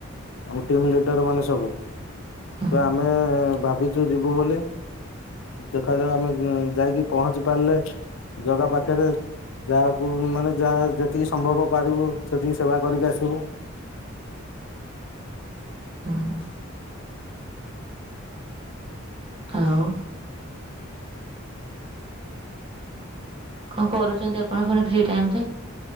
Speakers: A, on the left; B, on the right.
A: ଆମ ଟିମ୍ ଲିଡର ମାନେ ସବୁ।
B: ହୁଁ
A: ତ ଆମେ ଭାବିଚୁ ଯିବୁ ବୋଲି। ଦେଖାଯାଉ ଆମେ ଯାଇକି ପହଞ୍ଚି ପାରିଲେ ଜଗା ପାଖରେ ଯାହାକୁ ମାନେ ଯାହା ଯେତିକି ସମ୍ଭବ ପାରିବୁ ସେତିକି ସେବା କରିକି ଆସିବୁ।
B: ହୁଁ ଆଉ। କଁ କରୁଛନ୍ତି ଆପଣ ପୁଣି ଫ୍ରି ଟାଇମ ରେ